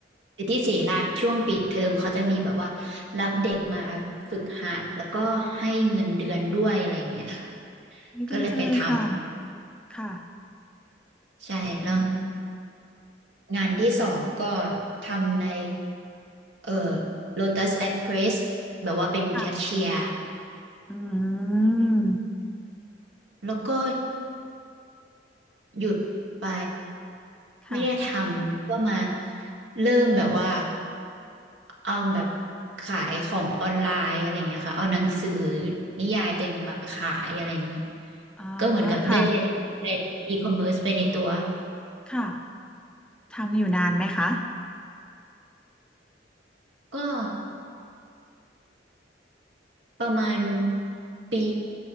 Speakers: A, on the right; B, in the centre.
A: คือที่ศรีราชช่วงปิดเทอมเขาจะมีแบบว่ารับเด็กมาฝึกหัดแล้วก็ให้เงินเดือนด้วยอะไรเงี้ยค่ะ
B: วดีจังเลยค่ะ
A: ก็เลยไปท
B: ค่ะ
A: ำใช่แล้ว
B: อืม
A: งานที่สองก็ทำในเอ่อ Lotus Express แบบว่าเป็นแคชเชียร์
B: ค่ะอืม
A: แล้วก็ หยุดไป
B: ค่ะ
A: ไม่ได้ทำแล้วก็มาเริ่มแบบว่าเอาแบบขายของออนไลน์อะไรอย่างเงี้ยค่ะเอาหนังสือนิยายตัวเองมาขายอะไรอย่างงี้
B: อ๋อ
A: ก็เหมือนกับได้เรียนรู้ในอีคอมเมิร์ซไปในตัว
B: ค่ะค่ะ ทำอยู่นานไหมคะ
A: ก็ประมาณปี